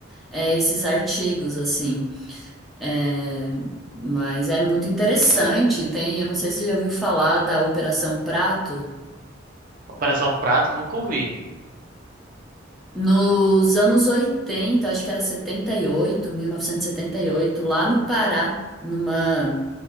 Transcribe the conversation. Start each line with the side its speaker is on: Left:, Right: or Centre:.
Centre: é, esses artigos, assim. É, mas é muito interessante. Tem, eu não sei se você já ouviu falar da Operação Prato.
Right: Operação Prato, nunca ouvi.
Centre: Nos anos 80 acho que era setenta setenta e e oito mil novecentos e setenta e oito lá no Pará, numa